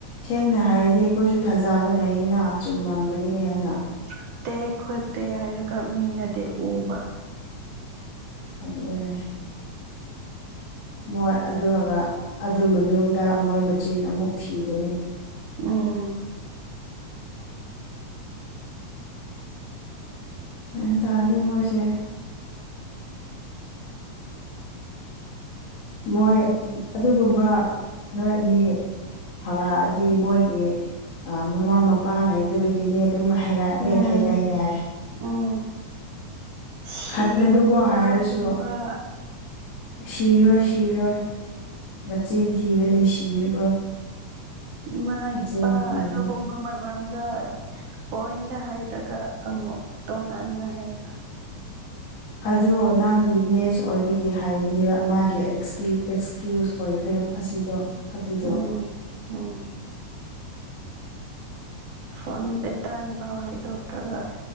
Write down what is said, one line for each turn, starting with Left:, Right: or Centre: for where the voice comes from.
Left: ꯁꯦꯡꯅ ꯍꯥꯏꯔꯗꯤ ꯑꯩꯈꯣꯏꯁꯨ ꯊꯥꯖꯕ ꯂꯩꯌꯦꯅ ꯆꯨꯝꯃꯝꯒꯅꯤ ꯍꯥꯏꯅ
Right: ꯐꯠꯇꯦ ꯈꯣꯠꯇꯦ ꯍꯥꯏꯔꯒ ꯃꯤꯅꯗꯤ ꯎꯕ
Left: ꯑꯗꯨꯗꯅꯦ ꯃꯣꯏ ꯑꯗꯨꯒ ꯑꯗꯨ ꯃꯅꯨꯡꯗ ꯃꯣꯏ ꯃꯆꯤꯟ ꯑꯃꯨꯛ ꯊꯤꯒꯅꯤ
Right: ꯎꯝ
Left: ꯑꯦ ꯇ ꯑꯗꯤ ꯃꯁꯦ ꯃꯣꯏ ꯑꯗꯨꯒꯨꯝꯕ ꯅꯣꯏ ꯑꯅꯤ ꯍꯧꯔꯛꯑꯗꯤ ꯃꯣꯏ ꯃꯃꯥ ꯃꯄꯥ ꯂꯩꯗꯨꯕꯒꯤꯅꯦ ꯑꯗꯨꯝ ꯍꯥꯏꯩꯔꯛꯑꯦ
Right: ꯎꯝ
Left: ꯊꯥꯏꯊꯩꯅꯦ
Right: ꯎꯝ ꯁꯤꯕꯒꯤ
Left: ꯈꯟꯂꯅꯨꯀꯣ ꯍꯥꯏꯔꯁꯨꯣ
Right: ꯋꯥꯒꯨꯝꯕ
Left: ꯁꯤꯔꯣꯏ ꯁꯤꯔꯣꯏ ꯃꯆꯤꯟ ꯊꯤꯕꯅꯤ ꯁꯤꯔꯔꯣꯏ
Right: ꯏ ꯃꯥ
Left: ꯃꯆꯤꯟ
Right: ꯏꯄꯥ
Left: ꯊꯤꯕꯅꯤ
Right: ꯑꯗꯨ ꯀꯕ ꯃ ꯝꯗ ꯄꯣꯏꯟꯗ ꯍꯥꯏꯔꯒ ꯑꯃꯨꯛ ꯇꯣꯉꯥꯟꯅ ꯍꯩꯕ
Left: ꯑꯗꯣ ꯅꯪ ꯋꯤꯛꯅꯦꯁ ꯑꯣꯏꯕꯒꯤ ꯍꯥꯏꯕꯅꯦꯕ ꯃꯥꯒꯤ ꯑꯦꯛꯁꯀ꯭ꯌꯨꯁ ꯑꯣꯏꯈ꯭ꯔꯦ ꯦꯝ ꯑꯁꯤꯗꯣ ꯑꯗꯨꯗ
Right: ꯎꯝ ꯎꯝ ꯐꯣꯟ ꯄꯦꯇꯔꯟ ꯐꯥꯎ ꯍꯥꯏꯗꯣꯛꯇ꯭ꯔꯒ